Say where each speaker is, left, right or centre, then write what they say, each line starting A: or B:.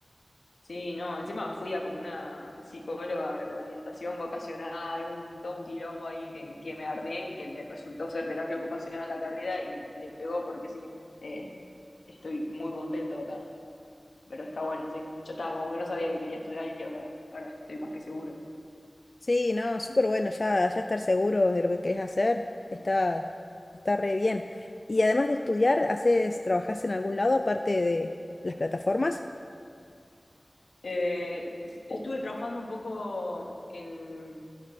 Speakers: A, on the left; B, on the left.
A: Sí, no, encima fui a como una psicóloga de orientación vocacional, un, todo un quilombo ahí que, que me armé, que me resultó ser terapia ocupacional la carrera y le pegó porque sí, eh, estoy muy contento acá, pero está bueno, sí. Yo estaba como que no sabía que quería estudiar y ahora, ahora estoy más que seguro.
B: Sí, no, súper bueno, ya, ya estar seguro de lo que querés hacer, está, está re bien. Y además de estudiar, haces, ¿trabajás en algún lado aparte de las plataformas?
A: Eh, estuve trabajando un poco en...